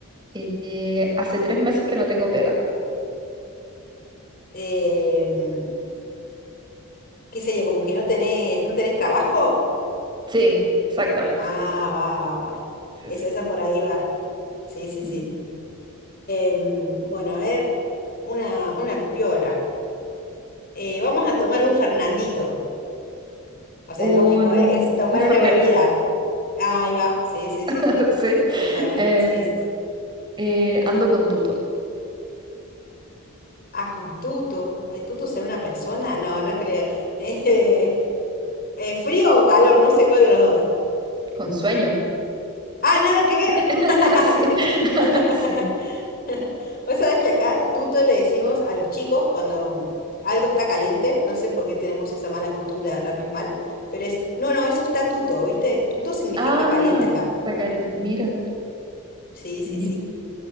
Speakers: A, on the right (about 20°); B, on the left (about 40°).
A: eh, eh, hace tres meses que no tengo pega.
B: Em, ¿qué sería? ¿Como que no tenés, no tenés trabajo?
A: Sí, exactamente.
B: Ah, va, va, va.
A: Sí,
B: Esa,
A: sí.
B: esa por ahí va. Sí, sí,
A: Ujú.
B: sí. Em, bueno, a ver, una, una piola. Eh, vamos a tomar un Fernandito. O sea,
A: Un,
B: lógico, ¿eh? Es tomar
A: un Fernet.
B: una bebida. Ah, Ahí va, sí, sí,
A: <laughs>
B: sí.
A: Sí.
B: Es un fernet,
A: Eh,
B: sí, sí, sí.
A: eh, ando con tuto.
B: Ah, con tuto. ¿El tuto será una persona? No, no creo. <laughs> Eh, eh, ¿frío o calor? No sé cuál de los dos.
A: Con sueño.
B: Ah, nada que ver.
A: <laughs>
B: <laughs>
A: Sí. <laughs>
B: <laughs>
A: Sí.
B: Vos sabés que acá tuto le decimos a los chicos cuando mm, algo está caliente, no sé por qué tenemos esa mala costumbre de hablarles mal, pero es, no, no, eso está tuto, ¿viste? Tuto significa
A: Ah,
B: caliente acá.
A: está careta. Mira,
B: Sí, sí,
A: ni
B: sí.